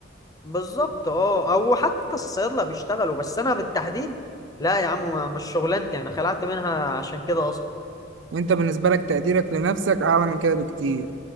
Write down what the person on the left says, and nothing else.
بالظبط اه او حتى الصيادله بيشتغلوا بس انا بالتحديد لا يا عم ما- مش شغلانتي انا خلعت منها عشان كده اصلا